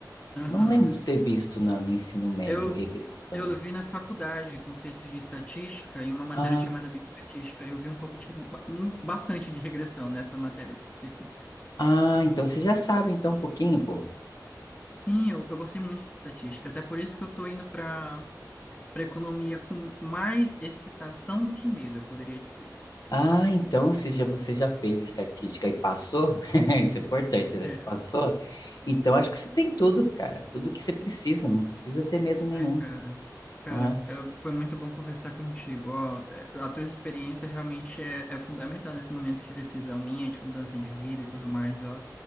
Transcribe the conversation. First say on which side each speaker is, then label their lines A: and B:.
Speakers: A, on the left (about 20°); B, on the left (about 60°).
A: Aham.
B: Não lembro de ter visto na- no ensino médio
A: Eu,
B: regressão.
A: eu vi na faculdade conceitos de estatística em uma matéria
B: Ah,
A: chamada bioestatística. Eu vi um pouco de, re- ba- um- bastante de regressão nessa matéria específica.
B: ah, então você já sabe então um pouquinho, pô.
A: Sim, eu, eu gostei muito de estatística, até por isso que eu estou indo para para economia com mais excitação do que medo, eu poderia dizer.
B: Ah, então se já, você já fez estatística e passou, <laughs> isso é importante, né?
A: É.
B: Você passou, então acho que você tem tudo, cara, tudo que você precisa, não precisa ter medo nenhum,
A: Ai, cara, cara,
B: né?
A: é, foi muito bom conversar contigo. Ó, é, a tua experiência realmente é, é fundamental nesse momento de decisão minha, de mudança de vida e tudo mais, ó.